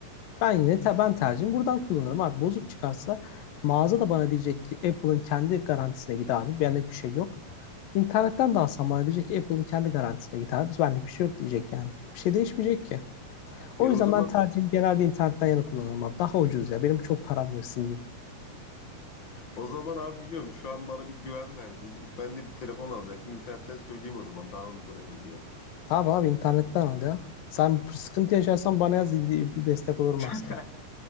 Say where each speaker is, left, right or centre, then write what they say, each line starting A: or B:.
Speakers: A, on the left; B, on the left.
A: Ben yine te ben tercihim buradan kullanırım abi. Bozuk çıkarsa mağaza da bana diyecek ki Apple'ın kendi garantisine git abi. Benlik bir şey yok. İnternetten de alsam bana diyecek ki Apple'ın kendi garantisine git abi. Biz benlik bir şey yok diyecek yani. Bir şey değişmeyecek ki. O
B: E o
A: yüzden
B: zaman
A: ben tercihim genelde internetten yana kullanırım abi. Daha ucuz ya. Benim çok param yok sizin gibi.
B: o zaman abi biliyorum şu an bana bir güven verdin. Gidip ben de bir telefon alacaktım. İnternetten söyleyeyim o zaman daha uyguna geliyor.
A: Tamam abi internetten al ya. Sen sıkıntı yaşarsan bana yaz. Bir destek olurum
B: <laughs>
A: ben sana.